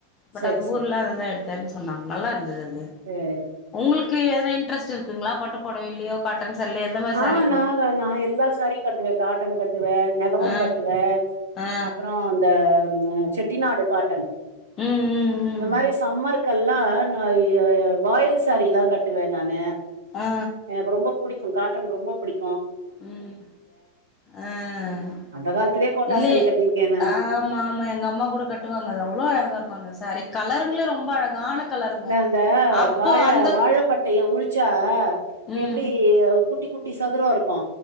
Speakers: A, on the left; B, on the right.
A: பட்
B: செரி
A: அந்த
B: செரி
A: ஊர்ல அததா எடுத் தன் சொன்னாங்க நல்லா இருந்துது அத்
B: சேரி
A: உங்களுக்கு எதை- ட்ரஸ்ட் இருக்குங்களா பட்டு புடவைலியோ காட்டன்ஸ் தெர்ல எந்தமாரி
B: ஆ
A: சாரி
B: நாங்க நா எல்லா சாரியும் கட்டுவேன், காட்டன் கட்டுவேன், நெகமம்
A: ஆ
B: கட்டுவேன்,
A: ஆ
B: அப்புறம் இந்த அஹ் செட்டிநாடு காட்டன்
A: ம் ம் ம்
B: இந்தமாரி சம்மருக்கெல்லாம் நா இய் யா வாயில் சாரீ தான் கட்டுவேன் நானு
A: ஆ
B: எனக்கு ரொம்ப புடிக் அஹ் காட்டன் ரொம்ப புடிக்
A: உம் ஆஹ்
B: அந்த காலத்திலயே கோட்டா
A: இல்லிய
B: சாரீ கட்டியிருக்கே நானு
A: ஆமா ஆமா எங்க அம்மா கூட கட்டுவாங்க அதுல அவ்ளோ அழகா இருப்பாங்க சேரி கலருங்களும் ரொம்ப அழகான கலருங்க
B: த அந்த
A: அப்போ
B: வாழ
A: அந்த
B: வாழப்பட்டைய உரிச்சா
A: ம்
B: எப்டி இரு குட்டி குட்டி சத் சதுரோ இருக்கு